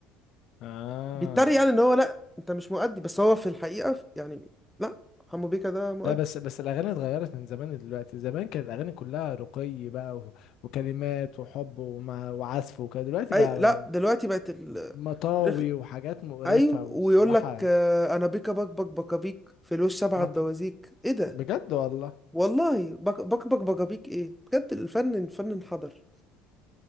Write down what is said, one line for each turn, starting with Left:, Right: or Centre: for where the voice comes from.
Left: اه
Centre: بيتريق يعني ان هو لا انت مش مؤدي بس هو في الحقيقة يعني لا حمو بيكا ده مؤدي
Left: لا بس بس الاغاني اتغيرت من زمان دلوقتي زمان كانت الاغاني كلها رقي بقى و... وكلمات وحب ومع... وعزف وكده دلوقتي
Centre: اي
Left: بقى
Centre: لا دلوقتي بقت ال...
Left: مطاوي
Centre: رخ...
Left: وحاجات مقرفة
Centre: ايوه
Left: والصراحة
Centre: ويقول لك آه، انا بيكا بك بك بكابيك في الوش سبعة
Left: مط...
Centre: بوازيك ايه ده
Left: بجد والله
Centre: والله بك بك بك بكابيك ايه بجد الفن الفن انحدر